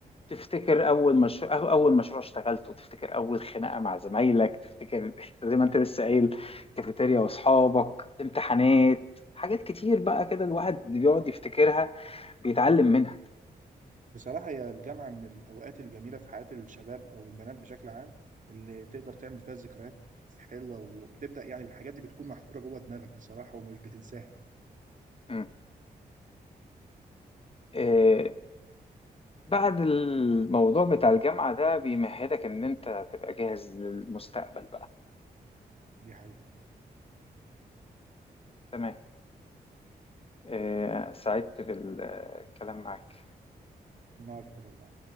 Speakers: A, on the left; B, on the right.
A: تفتكر اول مشروع اول مشروع اشتغلته تفتكر اول خناقه مع زمايلك تفتكر <laughs> زي ما انت لسه قايل كافيتيريا واصحابك امتحانات حاجات كتير بقى كده الواحد بيقعد يفتكرها بيتعلم منها
B: بصراحة هي الجامعة من الاوقات الجميلة في حياة الشباب او البنات بشكل عام اللي تقدر تعمل فيها ذكريات حلوة وبتبدأ يعني بالحاجات دي بتكون محفورة جوه دماغك بصراحة ومش بتنساها
A: مم. آه بعد الموضوع بتاع الجامعه ده بيمهدك ان انت تبقى جاهز للمستقبل بقى
B: دي حقيقة
A: تمام آه سعدت بالكلام معاك
B: من أكتر والله